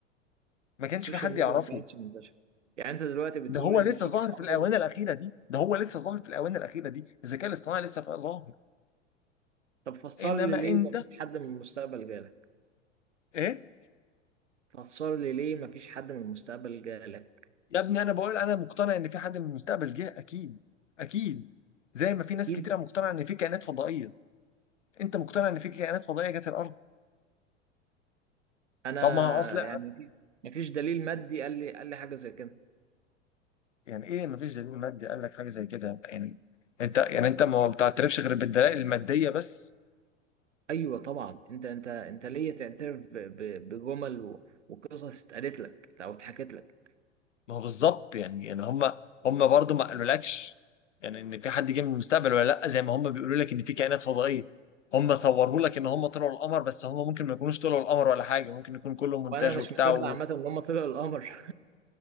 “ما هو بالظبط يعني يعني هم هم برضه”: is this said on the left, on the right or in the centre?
Left